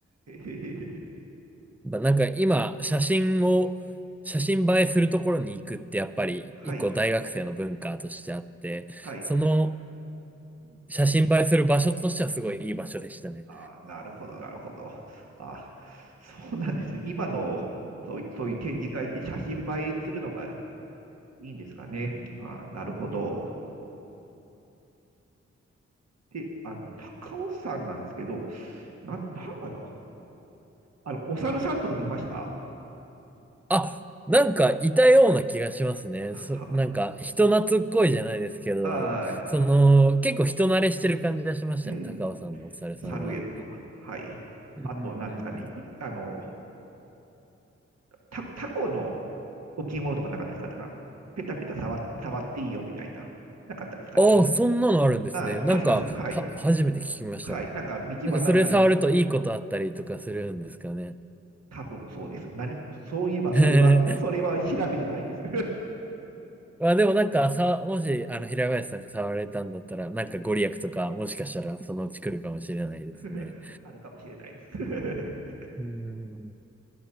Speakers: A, on the right (about 60°); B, in the centre.
A: へへへへ。
B: まあなんか今、写真を、写真映えするところに行くってやっぱり一個大学生の文化としてあって、
A: はい。はい。
B: その
A: うん。
B: 写真映えする場所としてはすごいいい場所でしたね。
A: あー、なるほど、なるほど。あー、そうなんですね。今の、そうい、そういう展示会って写真映えするのがいいんですかね。あー、なるほど。で、あの、高尾山なんですけど、な、なんかな。あの、お猿さんとか見ました
B: あ、なんかいたような気がしますね。
A: は、
B: そ、なんか人懐っこいじゃないですけど、
A: <laughs> はい。
B: その結構人慣れしてる感じがしましたね、
A: うん。
B: 高尾さんもおさるさんは。
A: 猿園とか。はい。
B: うんうんうん。
A: あと、何ですかね。いあの、タ、タコの置物とかなかったですかなんペタペタ触、触っていいよみたいな。なかったですかね。
B: ああ、そんなのあるんですね。
A: ああ、
B: なんか、
A: 確かそ、はい。
B: は、初めて聞きました。
A: はい。なんか、道端にありますね。
B: なんかそれ触るといいことあったりとかするんですかね。
A: 多分そうです。何、そういえば、
B: <laughs>
A: それは、それは調べてないです。
B: まあでもなんかさ、もしあの平林さんが触られたんだったら、なんかご利益とかもしかしたらそのうち来るかもしれないですね。
A: <laughs> あるかもしれないです。<laughs>
B: うん。